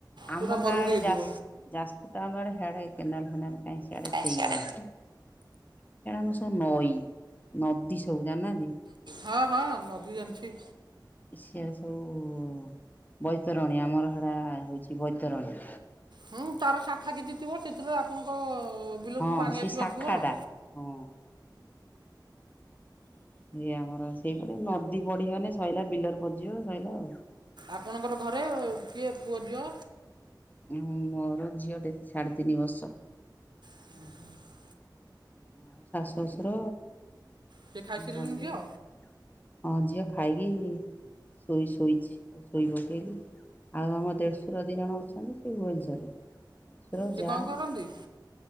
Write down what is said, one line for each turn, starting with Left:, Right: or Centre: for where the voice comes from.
Left: ଆମ
Right: ପୁରା ମରୁଡ଼ି
Left: ଗାଁ ଆଡେ
Right: ହେଇଯିବ
Left: ଯା ଯାଜପୁର ଟାଉନ୍ ଆଡେ ହିଆଡେ ଏ କେନଲ କେନାଲ ସେଆଡ଼େ
Right: କାଇଁ
Left: ଏତେ
Right: ସିଆଡ଼େ
Left: ଇଏ ନାହିଁ। ସିଆଡେ ଆମର ସବୁ ନଈ ନଦୀ ସବୁ ଜାଣି ନାହାନ୍ତି।
Right: ହଁ ହଁ ନଦୀ ଜଣିଛି।
Left: ଏ ସିଆଡେ ସବୁ ବୈତରଣୀ ଆମର ହେଡା ହଉଛି ବୈତରଣୀ।
Right: ହଁ ତାର ଶାଖା କିଛି ଥିବ ସେଥିରେ ଆପଣଙ୍କ ବିଲକୁ
Left: ହଁ
Right: ପାଣି
Left: ସେଇ
Right: ଆସିବାର
Left: ଶାଖା
Right: ଥିବ ଆଉ।
Left: ଟା ହଁ। ଇଏ ଆମର ସେଇପଟେ ନଦୀ ବଢିଥିଲେ ସଇଲା ବିଲରେ ପସିଯିବ ସଇଲା ଆଉ।
Right: ଆପଣଙ୍କର ଘରେ କିଏ ପୁଅ ଝିଅ।
Left: ମୋର ଝିଅଟେ ସାଢ଼େ ତିନି ବର୍ଷ।
Right: ଓ ହୁ <inaudible>
Left: ଆଉ ଶାଶୁ, ଶଶୁର,
Right: ସେ ଖାଇସାରିଲେଣି
Left: ହଜବେଣ୍ଡ
Right: ଝିଅ
Left: ହଁ ଝିଅ ଖାଇକି ଶୋଇ ଶୋଇଛି ଆଉ ଶୋଇ ପକେଇଲି। ଆଉ ଆମ ଦେଢ଼ଶୁର ଦି ଜଣ ଅଛନ୍ତି ସେ ଭୁବନେଶ୍ୱରରେ। ର
Right: ସେ
Left: ଯା
Right: କଣ କରନ୍ତି